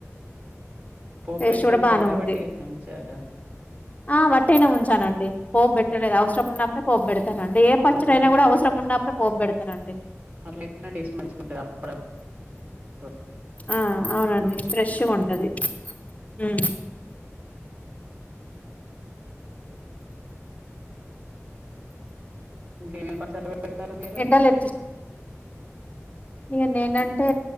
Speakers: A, on the right; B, on the left.
A: పోపు
B: టేస్ట్
A: బెట్టి
B: కూడా
A: ఉంచారా
B: బాగానే ఉంది
A: వట్టిగానే ఉంచారా
B: ఆ వట్టిగానే ఉంచానండి పోపు పెట్టలేదు అవసరం ఉన్నప్పుడే పోపు పెడ్ తానండి ఏ పచ్చడి
A: ఉమ్
B: ఐనా గూడా అవసరం ఉన్నప్పుడే పోపు పెడతానండి.
A: అట్లా చేస్తే టేస్ట్ మంచిగా ఉంటదా <inaudible>
B: ఆ అవునండి ఫ్రెష్ గా ఉంటది. ఉమ్
A: ఇంకేమేమ్ పచ్చళ్ళు పడతారు మీరు
B: ఎండలు ఎట్ ఇగ నేనంటే